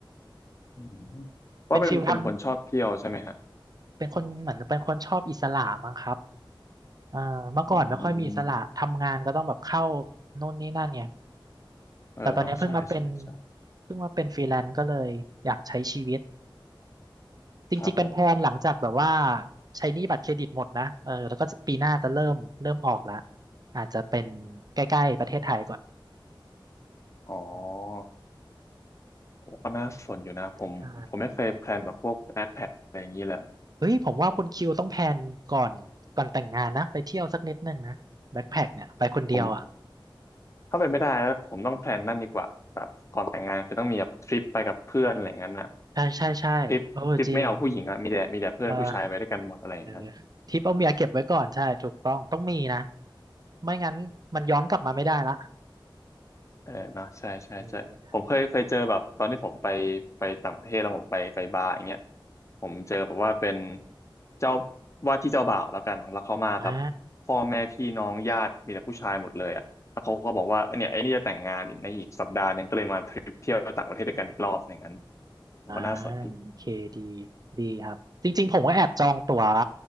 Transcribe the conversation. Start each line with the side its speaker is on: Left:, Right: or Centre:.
Left: อืมเพราะเป็นเป็นคนชอบเที่ยวใช่ไหมฮะ
Right: เป็นฟิลทำเป็นคนเหมือนเป็นคนชอบอิสระมั้งครับเออเมื่อก่อนไม่ค่อยมีอิสระทำงานก็ต้องแบบเข้า
Left: อืม
Right: โน่นนี่นั่นไง
Left: เออเนาะใช่ใช่ใช่
Right: แต่ตอนนี้เพิ่งมาเป็นเพิ่งมาเป็นฟรีแลนซ์ก็เลยอยากใช้ชีวิตจริงๆเป็นแพลนหลังจากแบบว่า
Left: ครับผม
Right: ใช้หนี้บัตรเครดิตหมดนะเออแล้วก็ปีหน้าจะเริ่มเริ่มออกละอาจจะเป็นใกล้ๆประเทศไทยก่อน
Left: อ๋อ
Right: อืม
Left: โอ้ก็น่าสนอยู่นะผมผมไม่เคยแพลนแบบพวก
Right: ใช่
Left: อะไรอย่างนี้แหละ
Right: เฮ้ยผมว่าคุณคิวต้องแพลนก่อนก่อนแต่งงานนะไปเที่ยวสักนิดนึงนะแบ็คแพ็คเนี่ยไปคนเดียวอ่ะ
Left: ผมถ้าเป็นไม่ได้แล้วผมต้องแพลนนั่นดีกว่าแบบก่อนแต่งงานคือต้องมีแบบทริปไปกับเพื่อนอะไรอย่างนั้นน่ะ
Right: ใช่ใช่ใช่โอ้จริง
Left: ทริปทริปไม่เอาผู้หญิงอะมีแต่มีแต่เพื่อนผู้ชายไปด้วยกันหมดอะไรอย่างนั้น
Right: เออเออทริปเอาเมียเก็บไว้ก่อนใช่ถูกต้องต้องมีนะไม่งั้นมันย้อนกลับมาไม่ได้ละ
Left: เออเนอะใช่ใช่ใช่ผมเคยเคยเจอแบบตอนที่ผมไป
Right: เออ
Left: ไปต่างประเทศแล้วผมไปไปบาร์อย่างเงี้ยผมเจอแบบว่าเป็นเจ้าว่าที่เจ้าบ่าวแล้วกันแล้วเขามากับ
Right: อ่า
Left: พ่อแม่พี่น้องญาติมีแต่ผู้ชายหมดเลยอ่ะแล้วเขาก็บอกว่าเนี่ยไอ้นี่จะแต่งงานในอีกสัปดาห์หนึงก็เลยมาทริปเที่ยวต่างประเทศด้วยกันอีกรอบอย่างนั้นผมก็น่าสนดี
Right: อ่าโอเคดีดีครับจริงๆผมก็แอบจองตั๋ว